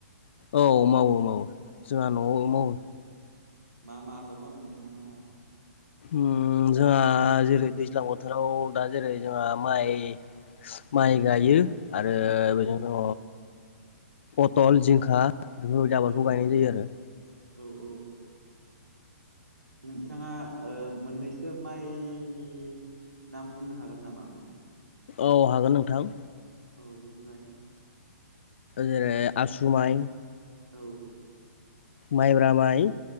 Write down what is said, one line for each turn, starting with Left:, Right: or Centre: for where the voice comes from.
Left: औ मावो मावो जोंहा न'आव
Right: औ
Left: मावो।
Right: मा मा आबाद मावो नोंथां लाहा?
Left: उम जोंहा जेरै दैज्लां बोथोराव दा जेरै जोंहा माइ माइ गायो आरो
Right: औ
Left: बेजों दङ पथल जिंखा बेफोरबायदि आबादखौ
Right: औ
Left: गायनाय जायो आरो।
Right: औ औ नोंथाङा ओ मोननैस सोर माइनि नाम बुंनो हागोन नामा?
Left: औ हागोन नोंथां
Right: औ बुंलाय
Left: जेरै आसुमाइ
Right: औ
Left: माइब्रामाइ